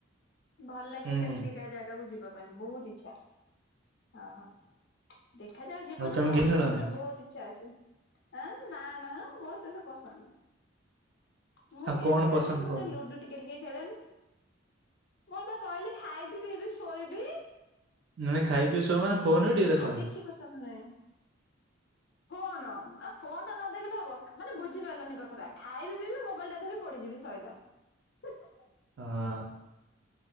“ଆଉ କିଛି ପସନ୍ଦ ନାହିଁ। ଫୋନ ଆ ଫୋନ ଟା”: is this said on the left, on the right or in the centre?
Left